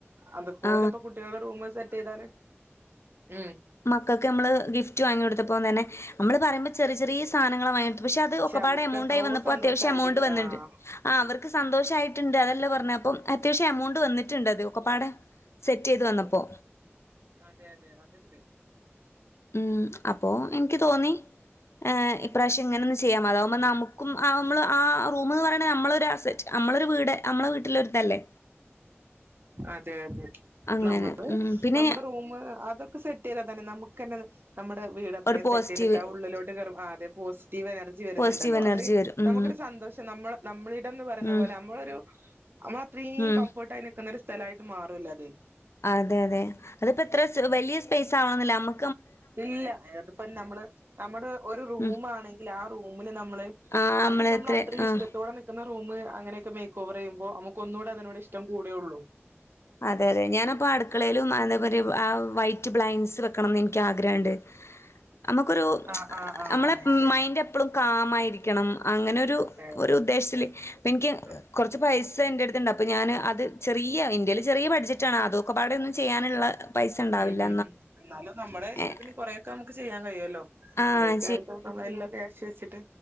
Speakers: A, on the right (about 50°); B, on the left (about 70°).
A: അതുപോലെ
B: ആ
A: ഇപ്പോ കുട്ടികളുടെ റൂമും സെറ്റ് ചെയ്താല് ഉം
B: മക്കക്ക് നമ്മള് ഗിഫ്റ്റ് വാങ്ങിയോടുത്തപ്പോം തന്നെ നമ്മള് പറയുമ്പ ചെറിയ ചെറിയ സാധനങ്ങളാ വാങ്ങി പക്ഷെ അത് ഒക്കപ്പാടെ
A: അവർക്ക്
B: എമൗണ്ട്
A: എത്രയോ
B: ആയി വന്നപ്പോ
A: സന്തോഷായിട്ടുണ്ട്
B: അത്യാവശം എമൗണ്ട് വന്നിണ്ട്.
A: ആഹ്
B: ആ അവർക്ക് സന്തോഷയിട്ട് അതെല്ല പറഞ്ഞെ അപ്പോ അത്യാവശ്യം എമൗണ്ട് വന്നിട്ട്ണ്ടത് ഒക്കപ്പാടെ സെറ്റ് ചെയ്ത് വന്നപ്പോ
A: അതെ അതെ അത്ണ്ട്
B: ഉം അപ്പോ എനിക്ക് തോന്നി <unintelligible> ഈപ്രാവശ്യം ഇങ്ങനെ ഒന്ന് ചെയ്യാ അതാകുമ്പോ നമുക്കും നമ്മള് ആ റൂമ് പറയണെ നമ്മള് ഒര് അസ്സറ്റ് നമ്മളൊരു വീട് നമ്മളെ വീട്ടിലൊരിതല്ലേ
A: അതെ അതെ
B: അങ്ങനെ
A: നമ്മള്
B: ഉം പിന്നെ
A: നമ്മുടെ റൂമ് അതൊക്കെ സെറ്റ് <unintelligible> തന്നെ നമ്മുക്കന്നത് നമ്മുടെ വീട് അത്രയും
B: ഒരു പോസിറ്റീവ്
A: സെറ്റ് ചെയ്തിട്ട് ആ ഉള്ളിലോട്ട് കയറും അതെ പോസിറ്റീവ് എനർജി വരുന്നുണ്ടല്ലോ
B: പോസിറ്റീവ് എനർജി
A: അത്രയും
B: വരും ഉം
A: നമ്മുക്കൊരു സന്തോഷം. നമ്മ നമ്മളിടംന്ന് പറയുന്ന
B: ഉം
A: പോലെ നമ്മളൊരു നമ്മള അത്രീം
B: ഉം
A: കംഫോർട്ട് ആയി നിക് സ്ഥലയിട്ട് മാറൂല്ലെ അത്
B: അതെ അതെ അതിപ്പോ എത്ര സ് വലിയ സ്പേസ് ആവണൊന്നില്ല നമ്മ
A: ഇല്ല അതിപ്പോ നമ്മള് നമ്മുടെ ഒരു റൂമാ
B: ഉം
A: ആണെങ്കിൽ ആ റൂമില് നമ്മള്
B: ആഹ്
A: അത് നമ്മള്
B: എത്ര
A: അത്രീം
B: ആഹ്
A: ഇഷ്ടത്തോടെ നിക്കുന്ന റൂമ്, അങ്ങനെയൊക്കെ മേക്ക് ഓവർ ചെയ്യുമ്പോ, നമുക്ക് ഒന്നൂടെ അതിനോട് ഇഷ്ടം കൂടെയൊള്ളൂ
B: അതെ അതെ ഞാനപ്പെ അടുക്കളയിലും എന്താ പറയ വൈറ്റ് ബ്ലൈൻസ് വെക്കണംന്ന് എനിക്ക് ആഗ്രഹണ്ട്
A: <inaudible>
B: നമ്മുക്കൊരു
A: ആ ആ ആ
B: നമ്മളെ
A: ശരി
B: മൈന്റ് എപ്പളും കാമായിരിക്കണം അങ്ങനെ ഒരു
A: അതെ അതെ
B: ഒരു ഉദ്ദേശ്ല് ഇപ്പം എനിക്ക്
A: ആ
B: കൊറച്ച് പൈസ് ജ്ജ്ജ് എൻ്റെ അടുത്തണ്ട് അപ്പൊ ഞാൻ അത് ചെറിയ എന്റെല് ചെറിയ ബഡ്ജറ്റാണ് അതൊക്കൊപ്പാടെ ഒന്നും ചെയ്യാനുള്ള പൈസ ഉണ്ടാവില്ല
A: ഉം, ഉം, ഉം, എന്നാലും നമ്മുടെ ഇഷ്ടത്തിന്
B: ഏഹ്
A: കൊറെക്ക നമുക്ക് ചെയ്യാൻ കഴിയോല്ലോ.?
B: ആഹ്
A: കൊറേക്കെ <unintelligible> അ യ്ലുള്ള ക്യാഷ് വെച്ചിട്ട്